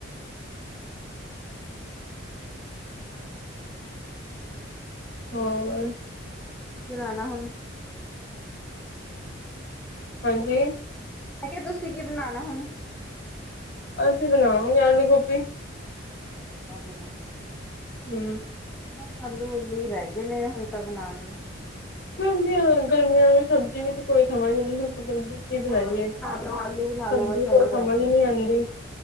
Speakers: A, in the centre; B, on the left.
A: ਹੂੰ-ਹੂੰ।
B: ਹੋਰ
A: ਬਣਾਣਾ ਹੁਣ
B: ਹਾਂਜੀ।
A: ਮੈ ਕਿਹਾ ਤੁਸੀਂ ਕੀ ਬਣਾਣਾ ਹੁਣ?
B: ਅਸੀਂ ਬਣਾਵਾਂਗੇ ਆਲੂ-ਗੋਭੀ
A: ਆਲੂ-ਗੋਬੀ।
B: ਹੂੰ।
A: ਬਸ ਆਲੂ ਉੱਲੂ ਹੀ ਰਹਿ ਗਏ ਨੇ ਹੁਣ ਤਾਂ ਬਣਾਣ ਨੂੰ।
B: ਸਰਦੀਆਂ ਗਰਮੀਆਂ ਵਿੱਚ ਸਬਜ਼ੀ ਵਿੱਚ ਕੋਈ ਸਮਝ ਨਹੀਂ ਆਪਾਂ ਸਬਜ਼ੀ ਕੀ ਬਣਾਈਏ?
A: ਦਾਲ ਬਣਾ ਲੋ ਆਲੂ ਬਣਾ
B: ਸਬਜੀ
A: ਲੋ ਬਸ
B: ਕੋਈ
A: ਇਹੀ
B: ਸਮਝ
A: ਰਹਿ ਗਿਆ।
B: ਨੀ ਆਂਦੀ